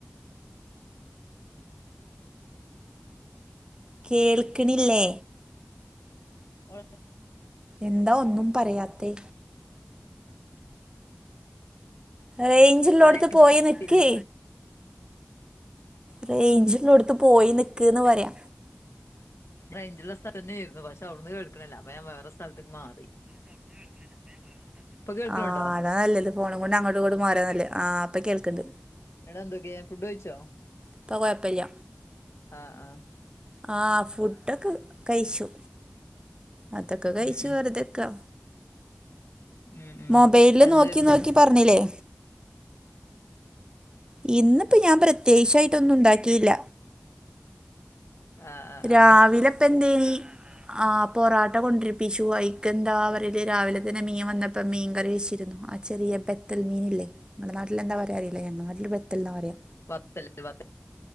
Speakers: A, on the right (about 20°); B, on the left (about 70°).
A: കേൾക്ക്ണില്ലേ
B: ഓ <unintelligible>
A: എന്താ ഒന്നും പറയാത്തെ റേയ്ഞ്ചിള്ളോട്ത്ത്
B: ഇതുവരെ എനിക്ക്
A: പോയി
B: കിട്ടിയില്ല
A: നിക്ക് റേയ്ഞ്ച്ള്ളോട്ത്ത് പോയി നിക്ക്ന്ന് പറയ
B: റെയ്ഞ്ച്ള്ള സ്ഥലന്നേയ്ര്ന്നു പക്ഷെ അവ്ട്ന്ന് കേൾക്ക്ണ്ല്ല അപ്പൊ ഞൻ വേറെ സ്ഥലത്ത്ക്ക് മാറി
A: <inaudible>
B: ഇപ്പൊ കേൾക്കണുണ്ടോ
A: ആഹ് അതാ നല്ലത് ഫോണും കൊണ്ട് അങ്ങോട്ട് ഇങ്ങോട്ടും മാറാ നല്ലത് ആഹ് ഇപ്പ കേൾക്ണ്ട്
B: എടാ എന്തൊക്കേ ഫുഡ് കഴിച്ചോ
A: ഇപ്പ കൊയ്പ്പല്ല്യ
B: ആഹ് ആഹ്
A: ആഹ് ഫുഡ്ഡൊക്കെ കയ്ച്ചു അതൊക്കെ കയ്ച്
B: ഉം ഉം
A: വെർതെക്കാ
B: ഉം ഉം
A: മൊബൈലില്
B: എന്തായിരുന്നു
A: നോക്കി നോക്കി പറഞ്ഞിലേ എന്ത് ഇന്ന്പ്പൊ ഞാൻ പ്രത്യേകിച്ചായിട്ടൊന്നുണ്ടാക്കി ട്ടീല
B: ആ ആ
A: രാവിലപ്പെന്തേനി
B: ആ
A: ആഹ് പൊറാട്ട കൊണ്ട്രിപ്പിച്ചു അയ്കെന്താ പറല് രാവിലെ തന്നെ മീൻ വന്നപ്പം മീൻ കറി വെച്ചിര്ന്നു ചെറിയ ബെത്തൽ മീനില്ലെ ങ്ങളെ നാട്ടിലെന്താ പറയാറീല ഞങ്ങളെ നാട്ടില് ബെത്തൽന്നാ പറയാ
B: വത്തൽ വ